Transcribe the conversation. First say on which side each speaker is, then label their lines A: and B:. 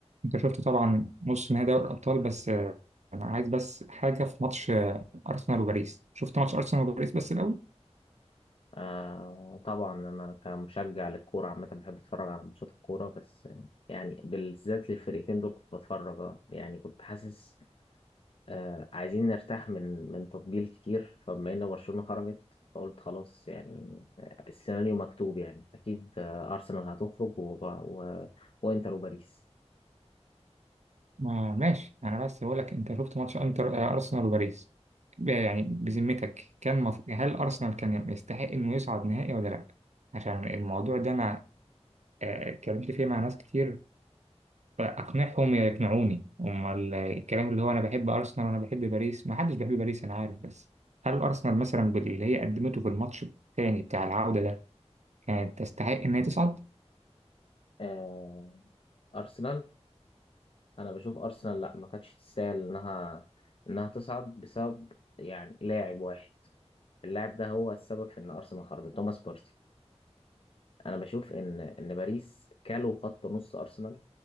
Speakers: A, on the right; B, on the left.
A: انت شفت طبعا نص نهائي دوري الابطال بس آه، انا عايز بس حاجه في ماتش آه، ارسنال وباريس شفت ماتش ارسنال وباريس بس الاول
B: آه طبعا أنا كمشجع للكورة عامة بحب أتفرج على ماتشات الكورة بس آه، يعني بالذات للفرقتين دول كنت بتفرج آه. يعني كنت حاسس آه عايزين نرتاح من من تطبيل كتير فبما إن برشلونة خرجت فقلت خلاص يعني آه، السيناريو مكتوب يعني أكيد آه أرسنال هتخرج و... و... وإنتر وباريس
A: ما ماشي انا بس بقول لك انت شفت ماتش انتر آه، ارسنال وباريس ب- يعني بذمتك كان مف... هل ارسنال كان يستحق انه يصعد نهائي ولا لا عشان الموضوع ده انا آه، اتكلمت فيه مع ناس كتير اقنعهم يا يقنعوني امال الكلام اللي هو انا بحب ارسنال وانا بحب باريس ما حدش بيحب باريس انا عارف بس هل ارسنال مثلا باللي هي قدمته في الماتش الثاني بتاع العودة ده كانت تستحق إن هي تصعد
B: آه أرسنال أنا بشوف أرسنال لأ ما كانتش تستاهل إنها إنها تصعد بسبب يعني لاعب واحد اللاعب ده هو السبب في ان ارسنال خرجت توماس بارتي انا بشوف ان ان باريس كالوا خط نص ارسنال